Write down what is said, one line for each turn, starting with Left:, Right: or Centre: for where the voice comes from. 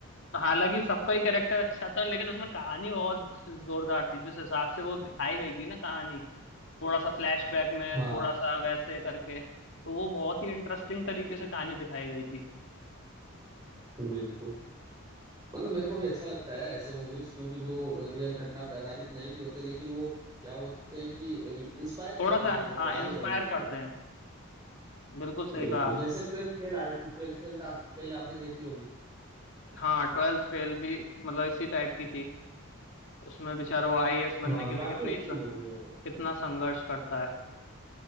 Left: हालांकि सबका ही कैरेक्टर अच्छा था लेकिन उसमें कहानी बहुत जोरदार थी जिस हिसाब से वो दिखाई गई थी ना कहानी थोड़ा सा फ्लैशबैक में
Right: हाँ
Left: थोड़ा सा वैसे करके तो वो बहुत ही इंटरेस्टिंग तरीके से कहानी दिखाई गई थी
Right: बिल्कुल मतलब मेरे को भी अच्छा लगता है ऐसे मूवीज क्योंकि जो रियल घटना पे आधारित नहीं भी होते लेकिन वो क्या होते हैं कि इंस्पायर
Left: थोड़ा
Right: करते हैं
Left: सा
Right: लोगों को
Left: हाँ इंस्पायर
Right: आगे बढ़ने के
Left: करते
Right: लिए
Left: हैं बिल्कुल सही
Right: बिल्कुल
Left: कहा आप
Right: जैसे ट्वेल्थ फेल आई थी ट्वेल्थ फेल आप फेल आपने देखी होगी
Left: हाँ ट्वेल्थ फेल भी मतलब इसी टाइप की थी उसमें बेचारा वो आईएएस बनने
Right: हाँ
Left: के लिए
Right: काफी
Left: कितनी
Right: अच्छी मूवी है वो
Left: कितना संघर्ष करता है